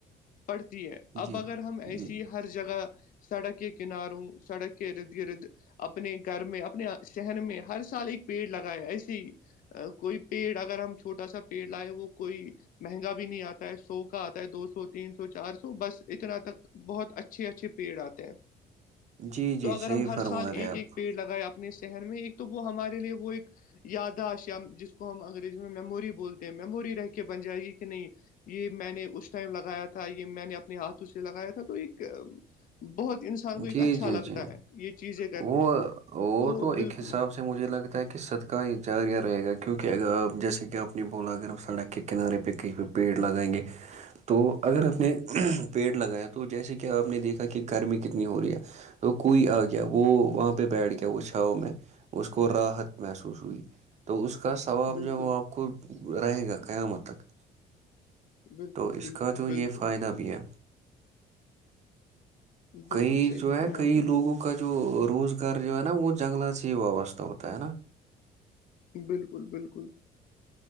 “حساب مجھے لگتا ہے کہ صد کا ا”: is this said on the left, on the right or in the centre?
Right